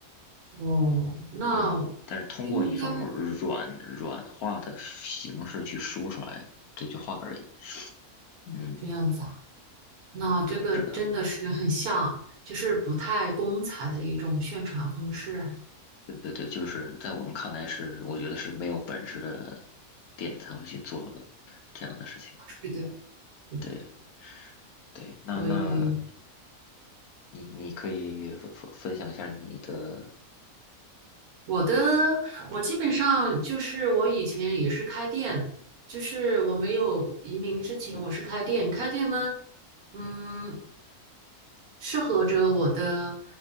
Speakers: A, on the right (about 75°); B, on the left (about 75°).
A: 哦，那
B: 嗯，但是通过一种软软化的形式去说出来这句话而已，
A: 应该
B: 嗯，
A: 这样子啊。那这个真的是很像，
B: 是的，
A: 就是不太光彩的一种宣传方式啊。
B: 对对对，就是在我们看来是，我觉得是没有本事的店才会去做这样的事情，
A: 是的，嗯
B: 对。对，那那
A: 所以
B: 你你可以分分分享一下你的，
A: 我的我基本上就是我以前也是开店，就是我没有移民之前我是开店，开店呢。嗯，适合着我的